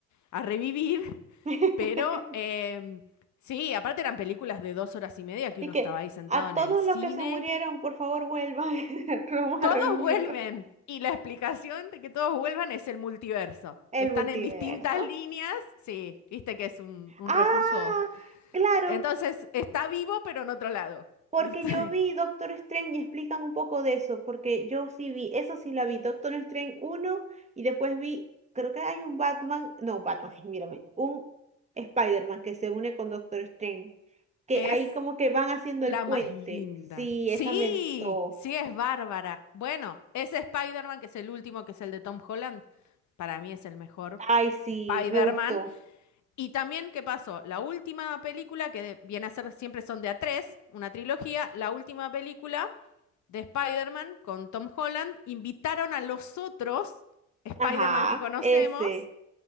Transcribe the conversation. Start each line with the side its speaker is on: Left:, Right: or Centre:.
Left: a revivir.
Right: <laughs>
Left: Pero em, sí, aparte eran películas de dos horas y media que
Right: Y
Left: uno
Right: que
Left: estaba ahí sentado
Right: a
Left: en
Right: todos
Left: el cine.
Right: los que se murieron, por favor, vuelvan. <laughs> Vamos
Left: Todos
Right: a revivirlo.
Left: vuelven. Y la explicación de que todos vuelvan es el multiverso.
Right: El
Left: Que están
Right: multiverso.
Left: en distintas líneas. Sí, viste que es un, un
Right: Ah,
Left: recurso.
Right: claro,
Left: Entonces, está vivo, pero en otro lado. <laughs>
Right: porque
Left: ¿Viste?
Right: yo vi Doctor Strange y explican un poco de eso, porque yo sí vi, eso sí la vi, Doctor Strange uno y después vi, creo que hay un Batman, no, Batman, <laughs> mírame, un Spider-Man que se une con Doctor Strange, que
Left: Es
Right: ahí como que van haciendo
Left: la
Right: el puente.
Left: más linda.
Right: Sí,
Left: Sí,
Right: esa me gustó.
Left: sí, es bárbara. Bueno, ese Spider-Man, que es el último, que es el de Tom Holland, para mí es el mejor.
Right: Ay, sí,
Left: Spider-Man.
Right: me gustó.
Left: Y también, ¿qué pasó? La última película, que de- viene a ser siempre son de a tres, una trilogía, la última película de Spider-Man con Tom Holland, invitaron a los otros Spider-Man
Right: Ajá,
Left: que conocemos
Right: ese.